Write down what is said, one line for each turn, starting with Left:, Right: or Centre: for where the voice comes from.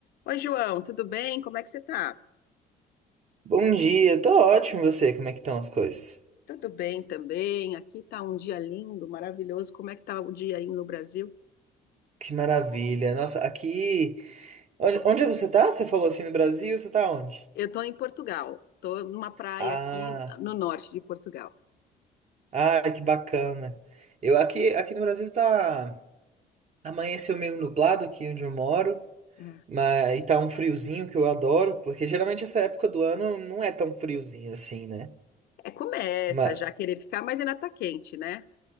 Left: Oi, João, tudo bem? Como é que você tá?
Right: Bom dia, tô ótimo, e você? Como é que estão as coisas?
Left: Tudo bem também. Aqui tá um dia lindo, maravilhoso. Como é que tá o dia aí no Brasil?
Right: Que maravilha. Nossa, aqui. Onde onde é você tá? Você falou assim no Brasil, você tá onde?
Left: Eu tô em Portugal. Tô numa praia
Right: Ah,
Left: aqui no norte de Portugal.
Right: ah, que bacana. Eu aqui, aqui no Brasil tá. Amanheceu meio nublado aqui onde eu moro,
Left: É,
Right: mas e tá um friozinho que eu adoro, porque geralmente essa época do ano não é tão friozinho assim, né?
Left: É, começa
Right: Mas
Left: já a querer ficar, mas ainda tá quente, né?